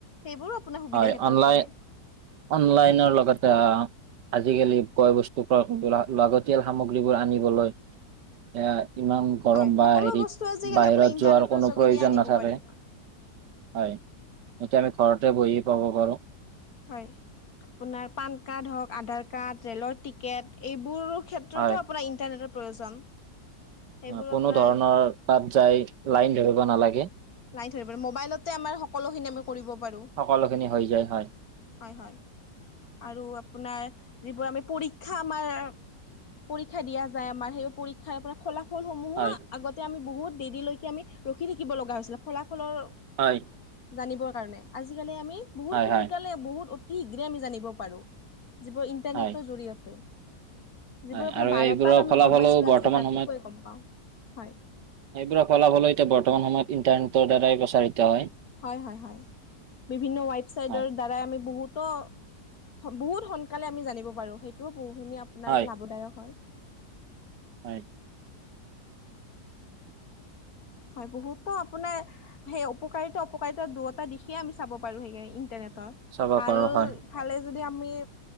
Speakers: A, on the left (about 55°); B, on the right (about 70°).
A: সেইবোৰো আপোনাৰ সুবিধা
B: হয়
A: ক্ষেত্ৰত
B: অনলাইন
A: পৰে
B: অনলাইনৰ লগতে আজিকালি কয় বস্তু পৰা লাগতিয়াল সামগ্ৰীবোৰ আনিবলৈ এয়া ইমান গৰম
A: হয়
B: বা
A: সকলো
B: হেৰিত
A: বস্তু আজিকালি
B: বাহিৰত
A: আপোনাৰ ইন্টাৰনেটৰ
B: যোৱাৰ কোনো
A: যোগেদিয়ে
B: প্ৰয়োজন
A: আনিব
B: নাথাকে
A: পাৰি
B: হয় এতিয়া আমি ঘৰতে বহি পাব পাৰো
A: হয় আপোনাৰ পান কাৰ্ড হওক আধাৰ কাৰ্ড, ৰে'লৰ টিকেট এইবোৰো ক্ষেত্ৰতো
B: হয়
A: আপোনাৰ ইন্টাৰনেটৰ প্ৰয়োজন সেইবোৰ
B: অ কোনো
A: আপোনাৰ
B: ধৰণৰ তাত যাই লাইন ধৰিব নালাগে
A: লাই ধৰিবলে মোবাইলতে আমাৰ সকলোখিনি আমি কৰিব পাৰো
B: সকলোখিনি হৈ যায় হয়
A: হয় হয় আৰু আপোনাৰ যিবোৰ আমি পৰীক্ষা আমাৰ পৰীক্ষা দিয়া যায় আমাৰ সেই পৰীক্ষাৰ পৰা খলা ফলসমূহো
B: হয়
A: আগতে আমি বহুত দেৰিলৈকে আমি ৰখি থাকিব লগা হৈছিলে ফলাফলৰ
B: হয়
A: জানিবৰ কাৰণে আজিকালি আমি বহু
B: হয়
A: সোনকালে
B: হয়
A: বহুত অতি শীঘ্ৰে আমি জানিব পাৰোঁ যিবোৰ ইন্টাৰনেটৰ
B: হয়
A: জৰিয়তে যিবোৰ
B: হয়
A: আপোনাৰ
B: আৰু
A: বাৰটাত
B: এইবোৰৰ
A: আমি
B: ফলাফলো
A: গম পাইছিলো
B: বৰ্তমান
A: আজি ৰাতিপুৱাই
B: সময়ত
A: গম পাওঁ। হয়,
B: সেইবোৰো ফলা ফলো এতিয়া বৰ্তমান সময়ত ইণ্টাৰনেটৰ দ্বাৰাই প্ৰচাৰিত হয়
A: হয় হয় হয় বিভিন্ন ৱেবচাইটৰ
B: হয়
A: দ্বাৰাই আমি বহুতো বহুত সোনকালে আমি জানিব পাৰো সেইটোও বহুখিনি আপোনাৰ
B: হয়
A: লাভদায়ক হয়
B: হয়
A: হয় বহুত আপোনাৰ সেই উকাৰিতা অপকাৰিতা দুটা দিশে আমি চাব পাৰো সেইকাৰণে ইণ্টাৰনেটৰ
B: চাব
A: ভাল
B: পাৰো হয়
A: ভালে যদি আমি